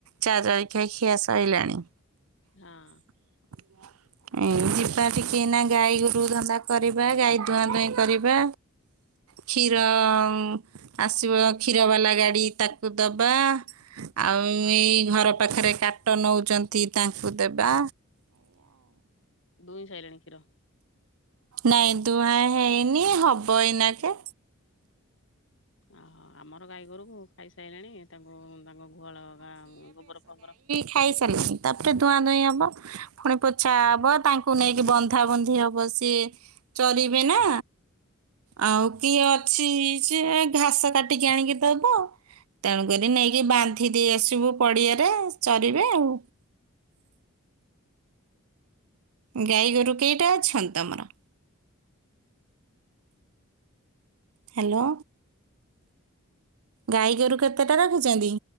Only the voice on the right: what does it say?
ଚା' ଜଳଖିଆ ଖିଆ ସାଇଲାଣି।
<inaudible> ଏ ଯିବା ଟିକି ଏଇନା ଗାଈ ଗୋରୁ ଧନ୍ଦା କରିବା, ଗାଈ ଧୂଆଁ ଧୂଇଁ କରିବା। କ୍ଷୀରଂ ଆସିବ କ୍ଷୀର ବାଲା ଗାଡି ତାକୁ ଦବା ଆଉଁ
ଏଇ ଘର ପାଖରେ କାଟ୍ ଟ ନଉଛନ୍ତି ତାଙ୍କୁ ଦେବା।
ନାଇଁ, ଦୁହାଁ ହେଇନି, ହବ ଏଇନା କେ।
ଖାଇ ସାରିଲିନ ତା'ପରେ ଧୂଆଁ ଧୁଇଁ ହବ। ଫୁଣି ପୋଛା ହବ। ତାଙ୍କୁ ନେଇକି ବନ୍ଧା ବନ୍ଧି ହବ ସିଏ ଚରିବେ ନା। ଆଉ କିଏ ଅଛି, ଯେ ଘାସ କାଟିକି ଆଣିକି ଦବ। ତେଣୁକରି ନେଇକି ବାନ୍ଧି ଦେଇ ଆସିବୁ ପଡ଼ିଆରେ। ଚରିବେ ଆଉ। ଗାଈ ଗୋରୁ କେଇଟା ଅଛନ୍ ତମର? ହ୍ୟାଲୋ ଗାଈଗୋରୁ କେତେଟା ରଖିଛନ୍ତି?